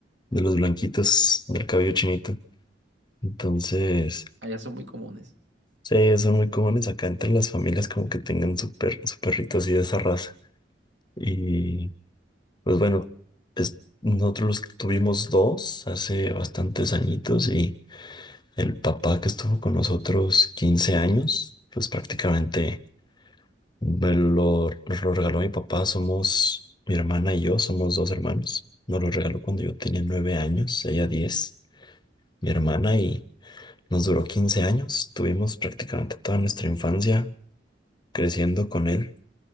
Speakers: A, on the left; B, on the right.
A: de los blanquitos, del cabello chinito. Entonces,
B: Allá son muy comunes.
A: sí, son muy comunes acá entre las familias como que tengan su, per- su perrito así de esa raza. Y pues bueno, es- nosotros tuvimos dos hace bastantes añitos y el papá que estuvo con nosotros 15 años, pues prácticamente me lo, nos lo regaló mi papá. Somos, mi hermana y yo somos dos hermanos. Nos lo regaló cuando yo tenía 9 años, ella diez mi hermana y nos duró 15 años. Tuvimos prácticamente toda nuestra infancia creciendo con él